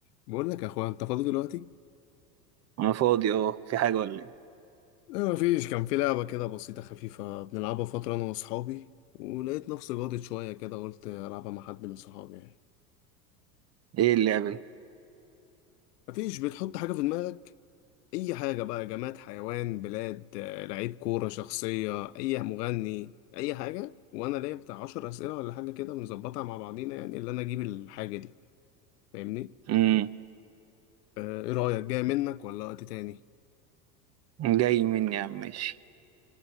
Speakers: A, on the left (about 75°); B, on the right (about 35°).
A: بقول لك يا اخويا انت فاضي دلوقتي
B: انا فاضي اه في حاجة ولا ايه
A: لا مفيش كان في لعبة كده بسيطة خفيفة بنلعبها فترة أنا وأصحابي ولقيت نفسي جادت شوية كده قلت ألعبها مع حد من صحابي يعني
B: ايه اللعبة دي
A: مفيش بتحط حاجة في دماغك أي حاجة بقى جماد حيوان بلاد آه، لعيب كورة شخصية أي مغني أي حاجة وأنا ليا بتاع عشر أسئلة ولا حاجة كده بنظبطها مع بعضينا يعني اللي أنا أجيب الحاجة دي فاهمني
B: امم
A: آه، إيه رأيك جاي منك ولا وقت تاني
B: جاي مني يا عم ماشي